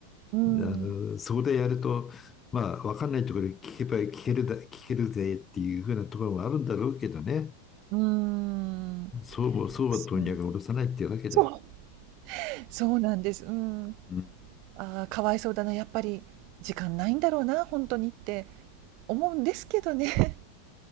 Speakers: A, on the right (about 40°); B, on the left (about 15°).
A: うん。
B: の、そこでやると、まあ、わかんないところで聞けば聞けるだ、聞けるぜっていうふうなところもあるんだろうけどね。
A: うん。
B: そうも、そうは問屋が下ろさないっていうわけだ。
A: そう。そう。そうなんです。うん。
B: うん。
A: ああ、かわいそうだな、やっぱり時間ないんだろうな、本当にって思うんですけどね。